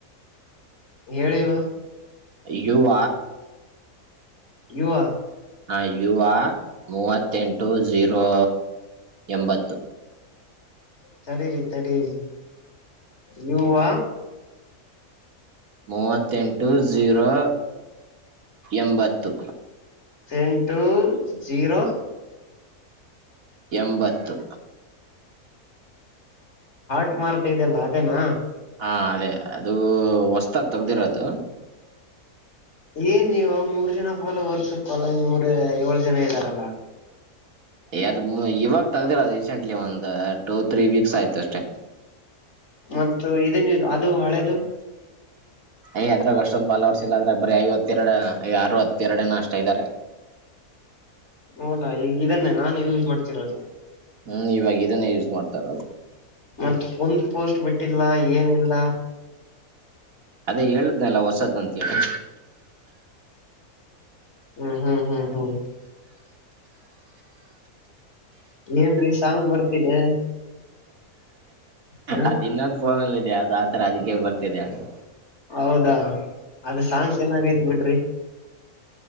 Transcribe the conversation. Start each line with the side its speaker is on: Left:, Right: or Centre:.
Left: ಹೇಳಿವ
Right: ಯುುವ
Left: ಯುವ
Right: ಆ ಯುವ ಮೂವತ್ತೆಂಟು ಝೀರೋ ಎಂಬತ್ತು
Left: ತಡಿರಿ ತಡೀರಿ ಯುವ
Right: ಮೂವತ್ತೆಂಟು ಜಝೀರೋ ಎಂಬತ್ತು
Left: ತನ್ಟು ಜೀರೋ
Right: ಎಂಬತ್ತು
Left: ಮಾರ್ಕ ಇದೆಲ್ಲ ಅದೇನಾ
Right: ಹಾ ಅದೇ ಅದು ಹೊಸ್ತಾಗ ತಗ್ದಿರೋ ಅದು
Left: ಏನ್ ನೀವ ಮೂರ್ ಜನ ಪಫಾಲ ವರ್ಸಕ್ಕಲ್ಲ ಈ ಮೂರ ಏಳು ಜನ ಇದ್ದಾರಲ್ಲ
Right: ಎದ್ ಇವಾಗ ತಗ್ದಿರ ರೀಸೆಂಟ್ಲಿ ಒಂದ ಟೂ ತ್ರೀ ವೀಕ್ಸ್ ಆಯ್ತು ಅಷ್ಟೇ
Left: ಮತ್ತ ಇದನ್ ಅದು ಹಳೇದು
Right: ಯ್ ಅದ್ರಾಗ ಅಷ್ಟೊಂದು ಫಾಲಲ್ ಔಟ್ಸ್ ಇಲ್ಲ ಅದ್ರಾಗ ಬರೀ ಐವತ್ತೆರಡು ಆರು ಹತ್ತೆರಡನ ಅಷ್ಟ ಇದ್ದಾರೆ
Left: ಹೋದಾ ಈಗ ಇದನ್ನೆ ನಾನು ಯೂಸ್ ಮಾಡ್ತಿರೋದು
Right: ಹೂ ಇವಾಗ ಇದನ್ನ ಯೂಸ್ ಮಾಡ್ತಾರಲ್ಲ
Left: ಮತ್ತ ಒಂದ್ ಪೋಸ್ಟ್ ಬಿಟ್ಟಿಲ್ಲ ಏನಿಲ್ಲ
Right: ಅದೇ ಹೇಳುದ್ನಲ್ಲ ಹೊಸದಂತ ಹೇಳಿ
Left: ಹೂ ಹೂ ಹೂ ಹೂ ಏನ್್ರೀ ಸಾಂಗ್ ಬರ್ತಿದೆ ಹ
Right: ಅದ ಇನ್ನೊಂದು ಫೋನಲ್ಲ ಇದೆ ಅದು ಆತರ ಅದಕ್ಕೆ ಬರ್ತಿದೆ ಹಂಗ
Left: ಹೌದಾ ಅದು ಸಾಂಗ್ ಚೆನ್ನಾಗೈತ್್ ಬಿಟ್ರಿ